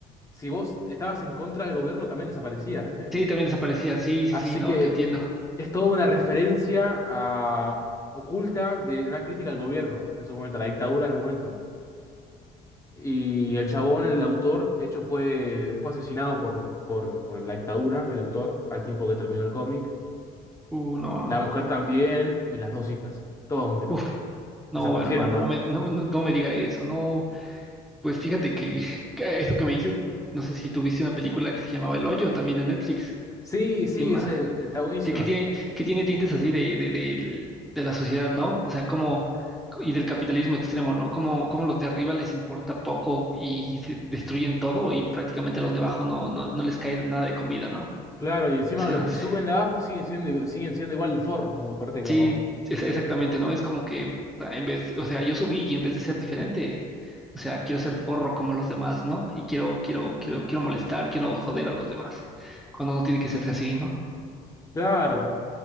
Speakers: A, on the left; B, in the centre.
A: si vos estabas en contra del gobierno, también desaparecías, ¿viste?
B: Sí, también desaparecía. Sí, sí,
A: Así
B: sí, no,
A: que
B: te entiendo.
A: es toda una referencia a- oculta de una crítica al gobierno en su momento, a la dictadura del momento. Y el chabón, el autor, de hecho fue, fue asesinado por, por, por la dictadura, el autor, al tiempo que terminó el cómic.
B: Uh, no, no,
A: La
B: no,
A: mujer
B: hermano.
A: también y las dos hijas. Todos murieron.
B: Uf, no,
A: Desaparecieron,
B: hermano,
A: va.
B: no me, no, no, no me diga eso. No, pues fíjate que, <laughs> que eso que me dices, no sé si tuviste una película que se llamaba El Hoyo, también de Netflix.
A: Sí, sí,
B: ¿Qué más?
A: es el- está buenísima.
B: Que, que tiene, que tiene tintes así de, de, del- de la sociedad, ¿no? O sea, como, y del capitalismo extremo, ¿no? Como, como los de arriba les importa poco y se destruyen todo y prácticamente a los de abajo no, no, no les cae nada de comida, ¿no?
A: Claro, y encima
B: O sea,
A: los que
B: sí.
A: suben de abajo siguen siendo, igu- siguen siendo igual de forros, como corte,
B: Sí,
A: como.
B: es- exactamente, ¿no? Es como que ah, en vez, o sea, yo subí y en vez de ser diferente, o sea, quiero ser forro como los demás, ¿no? Y quiero, quiero, quiero, quiero molestar, quiero joder a los demás, cuando no tiene que serse así, ¿no?
A: Claro.